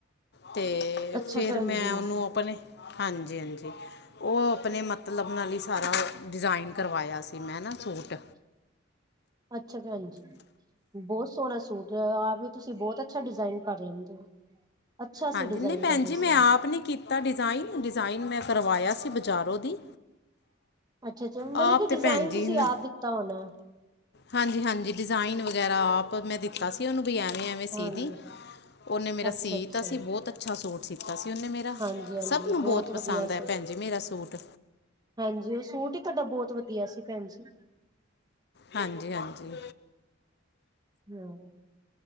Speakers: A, on the left; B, on the right.
A: ਤੇ
B: ਅੱਛਾ
A: ਫਿਰ
B: ਭੈਣ
A: ਮੈਂ
B: ਜੀ
A: ਉਹਨੂੰ ਆਪਣੇ ਹਾਂਜੀ -ਹਾਂਜੀ। ਉਹ ਆਪਣੇ ਮਤਲਬ ਨਾਲ ਹੀ ਸਾਰਾ ਡਿਜ਼ਾਇਨ ਕਰਵਾਇਆ ਸੀ ਮੈਂ ਨਾ ਸੂਟ।
B: ਅੱਛਾ ਭੈਣ ਜੀ। ਬਹੁਤ ਸੋਹਣਾ ਸੂਟ ਆਪ ਵੀ ਤੁਸੀਂ ਬਹੁਤ ਅੱਛਾ ਡਿਜ਼ਾਇਨ ਕਰ ਲੈਂਦੇ ਹੋ। ਅੱਛਾ
A: ਹਾਂਜੀ
B: ਸੀ ਡਿਜ਼ਾਇਨ
A: ਨਹੀਂ ਭੈਣ
B: ਤੁਹਾਡੇ
A: ਜੀ ਮੈਂ
B: ਸੂਟ
A: ਆਪ ਨੀ ਕੀਤਾ ਡਿਜ਼ਾਇਨ ਡਿਜ਼ਾਇਨ ਮੈਂ। ਕਰਵਾਇਆ ਸੀ ਬਜ਼ਾਰੋਂ ਦੀ।
B: ਅੱਛਾ ਅੱਛਾ ਮਤਲਬ
A: ਆਪ
B: ਕੀ
A: ਤੇ
B: ਡਿਜ਼ਾਇਨ
A: ਭੈਣ ਜੀ
B: ਤੁਸੀਂ
A: ਨੇ
B: ਆਪ ਦਿੱਤਾ ਹੋਣਾ।
A: ਹਾਂਜੀ ਹਾਂਜੀ ਡਿਜ਼ਾਇਨ ਵਗੈਰਾ ਆਪ ਮੈਂ ਦਿੱਤਾ ਸੀ, ਉਹਨੂੰ ਵੀ ਐਵੇਂ ਐਵੇਂ ਸੀ
B: ਹਾਂਜੀ
A: ਦੀ ਉਹਨੇ ਮੇਰਾ
B: ਅੱਛਾ
A: ਸੀ।
B: ਅੱਛਾ
A: ਕੀਤਾ ਸੀ ਬਹੁਤ ਅੱਛਾ ਸੂਟ ਸੀਤਾ ਸੀ। ਕਿ ਉਹਨੇ ਮੇਰਾ
B: ਹਾਂਜੀ ਹਾਂਜੀ
A: ਸਭ ਨੂੰ ਬਹੁਤ
B: ਵਧੀਆ
A: ਪਸੰਦ ਹੈ
B: ਸੂਟ
A: ਭੈਣ ਜੀ ਮੇਰਾ ਸੂਟ।
B: ਹਾਂਜੀ ਉਹ ਸੂਟ ਹੀ, ਤੁਹਾਡਾ ਬਹੁਤ ਵਧੀਆ ਸੀ, ਭੈਣ ਜੀ।
A: ਹਾਂਜੀ ਹਾਂਜੀ।
B: ਹਾਂ